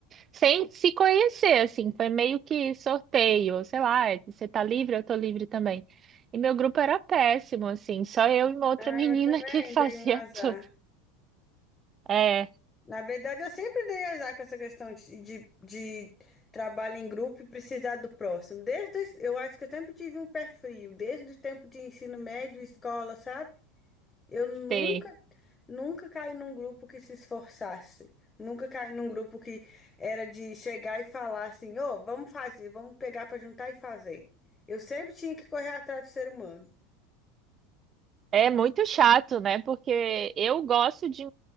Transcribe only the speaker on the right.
sem se conhecer, assim, foi meio que sorteio, sei lá, você tá livre, eu tô livre também. E meu grupo era péssimo, assim, só eu e uma outra
menina
que <laughs> fazia
tudo. É,
sim.
É muito chato, né? Porque eu gosto de,